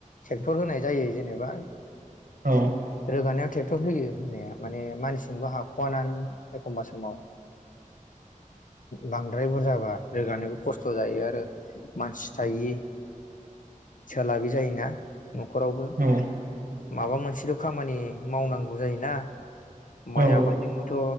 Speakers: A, on the left; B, on the right.
A: ट्रेक्टर होनाय जायो जेनेबा
B: औ
A: रोगानायाव टेक - टर होयो होनाया माने मानसिजोंबो हाख'वा ना नों एखमबा समाव। बांद्राय बुरजाबा रोगानोबो खस्थ' जायो आरो मानसि थायि सोलाबि जायोना। न'खरावबो।
B: औ
A: माबा मोनसेल' खामानि मावनांगौ जायोना। माइ
B: औ
A: आबादजोंबोथ'।